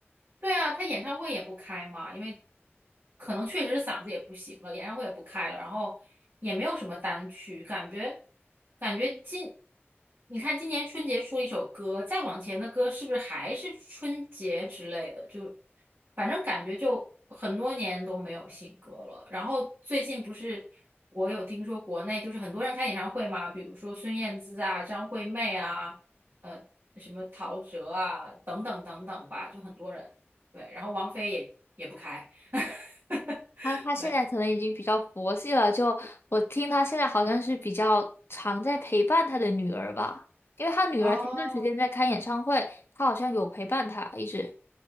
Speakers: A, on the right; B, on the left.
A: 对啊，他演唱会也不开嘛，因为可能确实是嗓子也不行了，演唱会也不开了，然后也没有什么单曲，感觉感觉今，你看今年春节出了一首歌，再往前的歌是不是还是春节之类的？就反正感觉就很多年都没有新歌了。然后最近不是我有听说国内就是很多人开演唱会嘛，比如说孙燕姿啊、张惠妹啊，呃。什么陶喆啊，等等等等吧，就很多人。对，然后王菲也也不开，<laughs>
B: 他他现在可能已经比较佛系了，
A: 对，
B: 就我听他现在好像是比较常在陪伴他的女儿吧，因为他女儿前段时间在开演唱会，
A: 哦
B: 他好像有陪伴他一直。